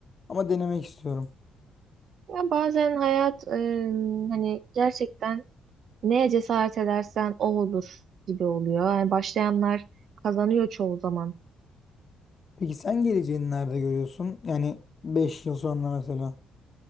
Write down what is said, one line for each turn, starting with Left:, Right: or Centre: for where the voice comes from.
Left: Ama denemek istiyorum.
Right: Ya bazen hayat em, hani gerçekten neye cesaret edersen o olur gibi oluyor. Yani başlayanlar kazanıyor çoğu zaman.
Left: Peki sen geleceğini nerede görüyorsun? Yani 5 yıl sonra mesela.